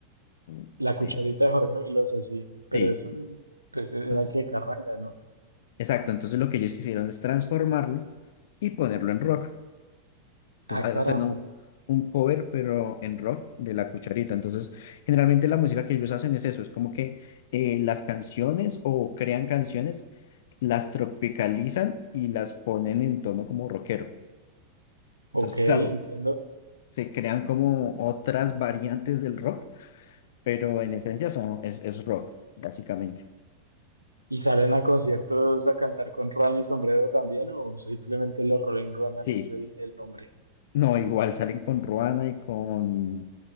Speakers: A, on the left; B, on the right.
A: mm,
B: La cucharita
A: de-
B: de Jorge Velosa, sí, pero
A: sí,
B: eso, pues era
A: entonces,
B: que carranga, ¿no?
A: exacto, entonces lo que ellos hicieron es transformarlo y ponerlo en rock. Entonces
B: Ah,
A: ha-
B: carajo.
A: hacen un, un cover, pero en rock, de La Cucharita. Entonces, generalmente la música que ellos hacen es eso, es como que eh, las canciones o crean canciones, las tropicalizan y las ponen en tono como rockero. Entonces,
B: Ok, entiendo.
A: claro, se crean como otras variantes del rock, pero en esencia son, es, es rock, básicamente.
B: ¿Y salen a conciertos a cantar con ruana y sombrero también o simplemente los Rolling Ruanas
A: Sí.
B: es el, el nombre?
A: No, igual salen con Ruana y con